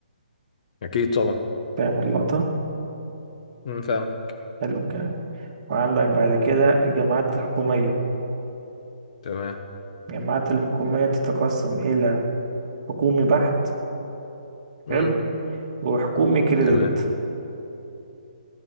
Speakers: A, on the left; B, on the right.
A: اكيد طبعا
B: فاهم اللقطة؟
A: امم فاهمك
B: حلو الكلام وعندك بعد كده الجامعات الحكومية
A: تمام
B: الجامعات الحكومية تتقسم إلى حكومي بحت
A: امم
B: حلو وحكومي كريدت
A: تمام